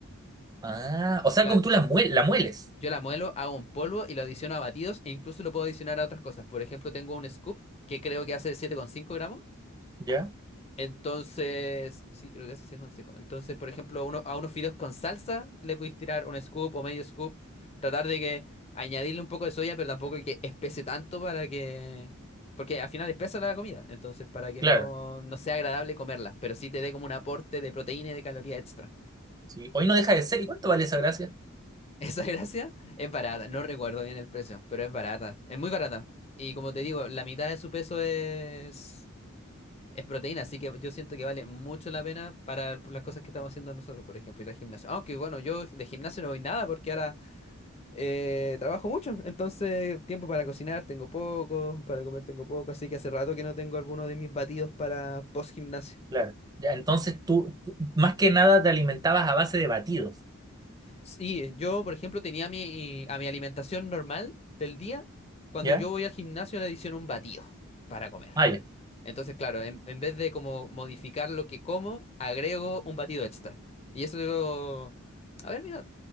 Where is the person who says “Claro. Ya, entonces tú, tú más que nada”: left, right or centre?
Right